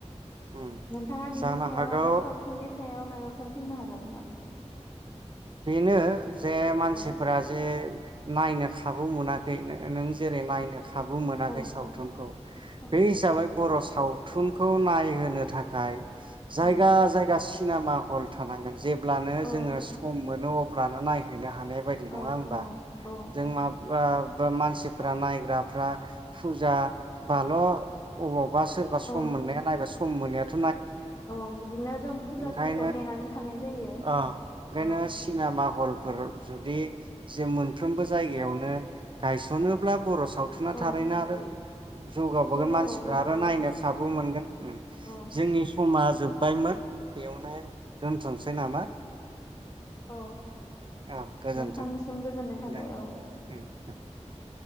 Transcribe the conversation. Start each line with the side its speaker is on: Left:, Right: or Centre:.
Right: उम
Left: नोंथाङा बिनि
Right: जानो
Left: सायाव
Right: हागौ
Left: आरो सावथुननि सायाव माबा फोर बुंनो हाबावगोन नामा?
Right: बेनो जे मानसिफोरा
Left: औ
Right: जे नायनो खाबु मोनाखै नों जेरै नायनो खाबु मोनाखै
Left: औ
Right: सावथुनखौ
Left: औ
Right: बे हिसाबै बर' सावथुनखौ नायहोनो थाखाय। जायगा
Left: औ
Right: जायगा सिनेमा हल थानांगोन। जेब्लानो
Left: औ
Right: जोङो मोनो अब्लानो नायहैनो हागोन। हानाय बायदि नङा
Left: औ
Right: होमबा?
Left: औ
Right: जों मा बा मानसिफ्रा नायग्राफ्रा फुजा बाल' अबाव बा सोरबा सम
Left: औ
Right: मोननाया नायबा सममोनैयाथ'
Left: औ बिदिनो जों फुजा
Right: ओंखायनो
Left: समखौ नेनानै थानाय जायो।
Right: अ ओंखायनो
Left: औ
Right: सिनेमा मा हलफोर जुदि जे मोनफ्रामबो जायगायावनो गायसनोबा बर' सु सावथुना
Left: औ
Right: थारैनो आरो जौगाबोगोन
Left: जौगाबावगोन
Right: मानसिफ्रा आरो
Left: औ
Right: नायनो खाबु मोनगोन।
Left: औ
Right: जोंनि समाज जोबायमोन बेयावनो दोनथ'सै नामा?
Left: औ
Right: औ गोजोन्थों
Left: नोंथांनिसिम गोजोननाय थाबाय
Right: दे
Left: औ।
Right: <unintelligible>